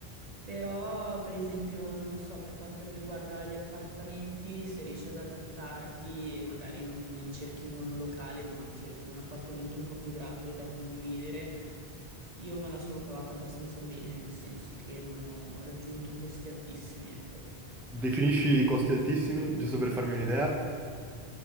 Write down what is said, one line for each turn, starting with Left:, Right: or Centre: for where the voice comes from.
Right: Però, per esempio, non lo so, per quanto riguarda gli appartamenti, se riesci ad adattarti, magari non, non cerchi un monolocale, ma cerchi un appartamento un po' più grande da condividere. Io me la sono cavata abbastanza bene, nel senso che non ho raggiunto costi altissimi, ecco.
Centre: Definisci i costi altissimi, giusto per farmi un'idea?